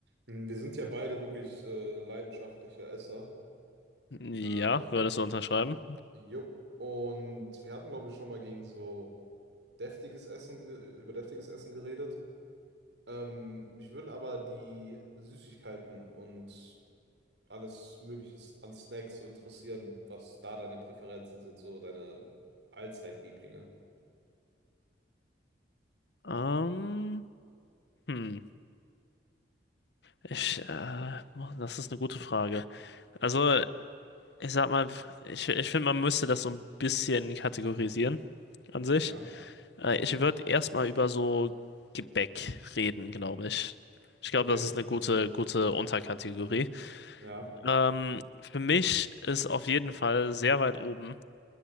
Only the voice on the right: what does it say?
Hm, Wir sind ja beide wirklich äh, leidenschaftliche Esser.
Ähm,
jo. Und wir hatten, glaube ich, schon mal gegen so deftiges Essen, ge- über deftiges Essen geredet. Ähm, mich würden aber die Süßigkeiten und alles Mögliche an Snacks so interessieren, was da deine Präferenzen sind, so deine Allzeitlieblinge.
Ja,
okay.
Ja,